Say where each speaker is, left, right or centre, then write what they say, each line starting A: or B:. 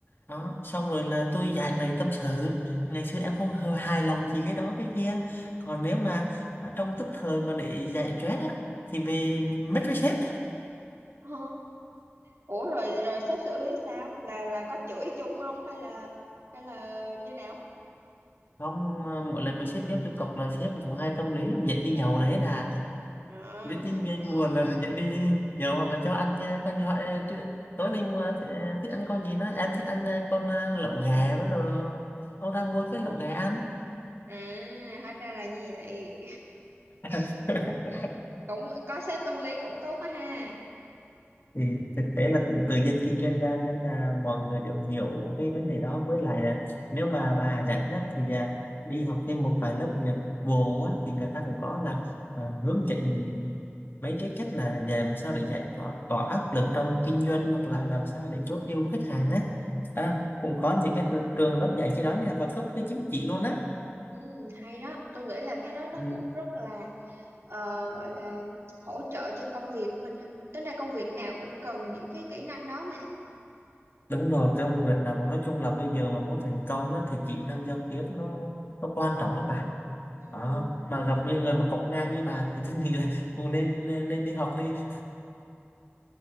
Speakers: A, on the left (about 50°); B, on the right (about 65°).
A: đó
B: ừ.
A: xong rồi là tôi giải bày tâm sự ngày xưa em không hề hài lòng gì cái đó cái kia còn nếu mà à, trong tức thời mà để giải stress á thì về mất với sếp
B: Ồ, ủa rồi rồi sếp xử lý sao? Là là có chửi chung không hay là hay là như nào?
A: không ờ, mỗi lần với sếp biết tôi cọc là sếp cũng hay tâm lý lắm dẫn đi nhậu là hết à
B: À.
A: biết nhân viên buồn là dẫn đi nhậu hoặc là cho ăn nha con như họ ờ, tr- tối nay mua thích, thích ăn con gì đó em thích ăn ờ, con ờ, lẩu gà đó rồi ông ra mua cái lẩu gà ăn
B: À, hóa ra là như vậy.
A: <laughs>
B: Cũng có sếp tâm lý cũng tốt quá ha.
A: thì thực tế là cũng từ dân kinh doanh ra nên là mọi người đều hiểu cái vấn đề đó với lại là nếu mà bà rảnh á, thì à, đi học thêm một vài lớp Nhật vụ á, thì người ta cũng có là à, hướng dẫn mấy cái cách là làm sao để giải tỏa, tỏa áp lực trong kinh doanh hoặc là làm sao để chốt deal với khách hàng á à, cũng có những cái tr- trường lớp dạy cái đó nha và cấp cái chứng chỉ luôn á
B: Ừ, hay đó. Tôi nghĩ là cái đó nó
A: ừ.
B: cũng rất là ờ, gọi là hỗ trợ cho công việc của mình ha. Tính ra công việc nào cũng cần những cái kỹ năng đó mà.
A: đúng rồi cái ông Việt nào nói chung là bây giờ mà muốn thành công á, thì kỹ năng giao tiếp nó nó quan trọng lắm bà
B: Ừ.
A: đó mà gặp những người mà cọc ngang như bà thì tôi nghĩ là cũng nên nên nên đi học đi